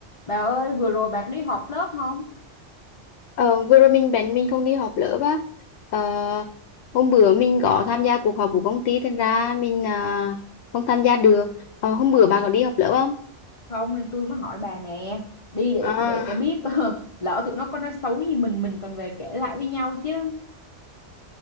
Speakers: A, on the left (about 30°); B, on the left (about 70°).
A: Bà ơi vừa rồi bà có đi họp lớp không?
B: Ờ, vừa rồi mình bén mình không đi họp lớp á Ờ, hôm bữa mình có tham gia cuộc họp của công ty thành ra mình à, không tham gia được Ờ, hôm bữa bà có đi họp lớp không
A: Không nên tôi mới hỏi bà nè. Đi để
B: à,
A: để cái biết <laughs> lỡ tụi nó có nói xấu gì mình mình còn về kể lại với nhau chứ.